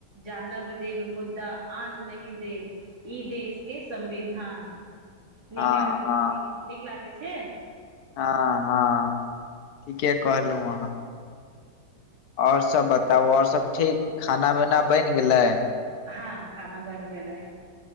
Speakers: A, on the right; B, on the left.
A: जानब देब मुद्दा आन नहि देब ई देश के संविधान नीक
B: हँ
A: लाग नीक नीक लागे छै
B: हँ हँ ठीके कहलहुँ अहाँ और सब बताबु ओर सब ठीक खाना वना बइन गेलै
A: हँ खाना बइन गेलै